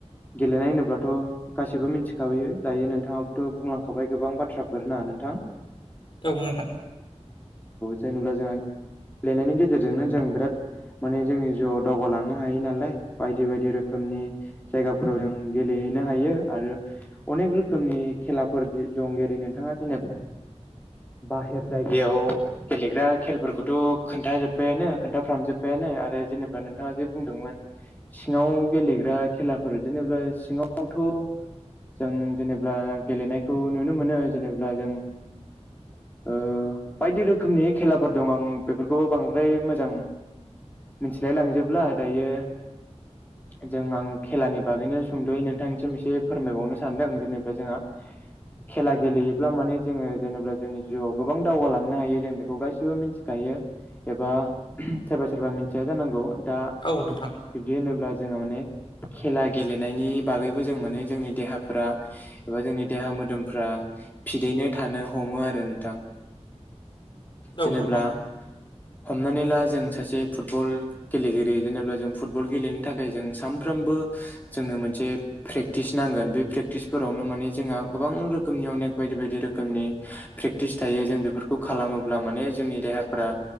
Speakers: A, on the left; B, on the left.
A: गेलेनाय होनोब्लाथ' गासिबो मिथिखाबोयो दायो नोंथाङाबोथ' बुंलांखाबाय गोबां बाथ्राफोर ना नोंथां। औ
B: औ नोंथां
A: जेनेबा जाहा गेलेनायनि गेजेरजोंनो जों बिराद माने जोंनि जिउआव दावगालांनो हायो नालाय बायदि बायदि रोखोमनि जायगाफोराव जों गेलेयो हैनो हायो आरो अनेक रोखोमनि खेलाफोर दं जेरै नोंथाङा जेनेबा बाहेर जायगायाव गेलेग्रा खेलफोरखौथ' खोन्थाजोबबायानो‌। खोन्थाफ्रामजोब्बायानो आरो जेनेबा नोंथाङा जे बुंदोंमोन सिङाव गेलेग्रा खेलाफोर जेने बा सिङावथ' जों जेनेब्ला गेलेनायखौ नुनो मोनो जेनेब्ला जों ओ बायदि रोखोमनि खेलाफोर दं आं बेफोरखौबो बांद्राय मोज जां मिथिलाय लांजोबला दायो जों आं खेलानि बागैनो सुंद'यै नोंथांनिसिम एसे फोरमायबावनो सानदों जेनेबा जोंहा खेला गेलेयोब्ला माने जोङो जेनेबा जोंनि जिउआव गोबां दावगालांनो हायो जों बेखौ गासिबो मिथि खायो एबा सोरबा सोरबा मिथिया जानांगौ दा
B: औ नोंथां
A: बिब्दि होनोब्ला जोङो माने खेला गेलेनायनि बागैबो जों माने जोंनि देहाफोरा एबा जोंनि देहा मोदोमफ्रा फिदैनो थानो हमो आरो नोंथां।
B: <inaudible> औ
A: जेनेब्ला
B: नोंथां
A: हमनानै ला जों सासे फुटबल गेलेगिरि जेनेबा जों फुटबल गेलेनो थाखाय जों सानफ्रामबो जों मोनसे प्रेक्टिस नांगोन बे प्रेक्टिसफोरावनो माने जोंहा गोबां रोखोमनि अनेक बायदि बायदि रोखोम नि फ्रेक्टिस थायो जों बेफोरखौ खालामोब्ला माने जोंनि देहाफोरा